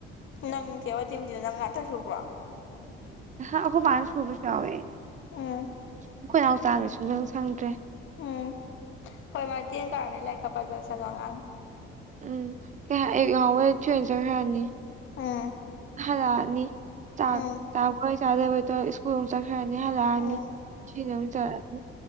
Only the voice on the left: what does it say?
ꯅꯪ ꯀꯦꯕꯗꯤ ꯍꯧꯖꯤ ꯅꯪ ꯉꯥꯛꯊ ꯁꯨꯕ꯭ꯔꯣ
ꯎꯝ
ꯎꯝ ꯍꯣꯏ ꯃꯥ ꯇꯀ ꯂꯥꯏꯀꯄꯖ ꯑꯁ ꯅ ꯑꯉꯥꯡ
ꯎꯝ
ꯎꯝ
ꯎꯝ